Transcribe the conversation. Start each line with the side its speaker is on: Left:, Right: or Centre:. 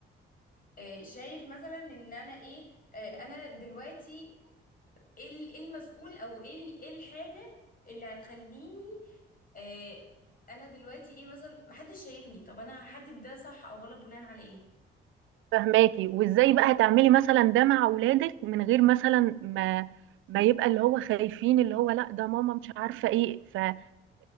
Left: آه، شايف مثلا ان انا ايه آه، انا دلوقتي ايه ال- إيه المسؤول او ايه ال- إيه الحاجة اللي هتخليني آه انا دلوقتي ايه مثلا محدش شايفني طب انا هحدد ده صح او غلط بناء على ايه
Right: فهماكي وازاي بقى هتعملي مثلا ده مع اولادك من غير مثلا ما ما يبقى اللي هو خايفين اللي هو لا ده ماما مش عارفة ايه فازاي